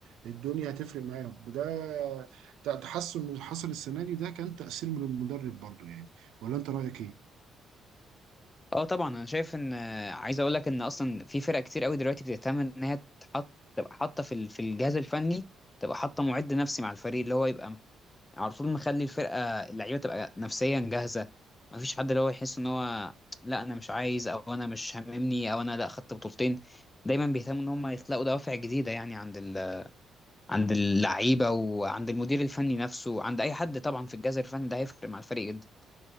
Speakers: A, on the right; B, on the left.
A: الدنيا هتفرق معاهم وده ت- تحسن اللي حصل السنه دي ده كان تاثير من المدرب برضو يعني ولا انت رايك ايه؟
B: اه طبعا انا شايف ان آه، عايز اقول لك ان اصلا في فرق كتير قوي دلوقتي بتهتم ان هي تحط تبقى حاطه في ال- في الجهاز الفني تبقى حاطه معد نفسي مع الفريق اللي هو يبقى على طول مخلي الفرقه اللعيبه تبقى نفسيا جاهزه ما فيش حد اللي هو يحس ان هو لا انا مش عايز او انا مش هاممني او انا لا خدت بطولتين دايما بيهتموا ان هم يخلقوا دوافع جديده يعني عند ال... عند اللعيبه وعند المدير الفني نفسه وعند اي حد طبعا في الجهاز الفني ده هيفرق مع الفريق جدا